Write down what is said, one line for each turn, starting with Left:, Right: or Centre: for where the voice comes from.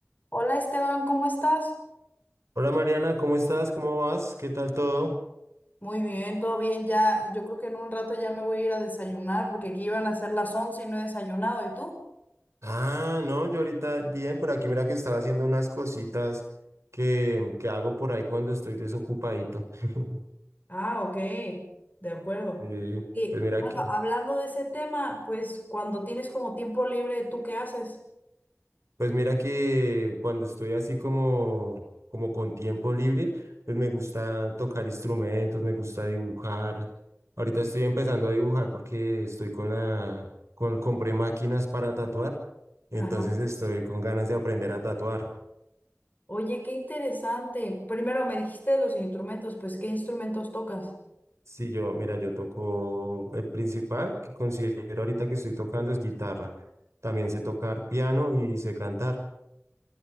Left: Hola Esteban, ¿cómo estás?
Right: Hola Mariana, ¿cómo estás? ¿Cómo vas? ¿Qué tal todo?
Left: Muy bien, todo bien. Ya, yo creo que en un rato ya me voy a ir a desayunar porque aquí iban a ser las once y no he desayunado. ¿Y tú?
Right: Ah, no, yo ahorita bien, por aquí mira que estaba haciendo unas cositas que, que hago por ahí cuando estoy desocupadito. <laughs>
Left: Ah, ok, de acuerdo.
Right: Sí,
Left: Y
Right: pues mira
Left: bueno,
Right: que,
Left: hablando de ese tema, pues cuando tienes como tiempo libre, ¿tú qué haces?
Right: pues mira que cuando estoy así como, como con tiempo libre, pues me gusta tocar instrumentos, me gusta dibujar. Ahorita estoy empezando a dibujar porque estoy con la, con, compré máquinas para tatuar, entonces
Left: Ajá.
Right: estoy con ganas de aprender a tatuar.
Left: Oye, qué interesante. Primero me dijiste de los instrumentos, pues ¿qué instrumentos tocas?
Right: Sí, yo, mira, yo toco el principal que considero ahorita que estoy tocando es guitarra. También sé tocar piano y sé cantar.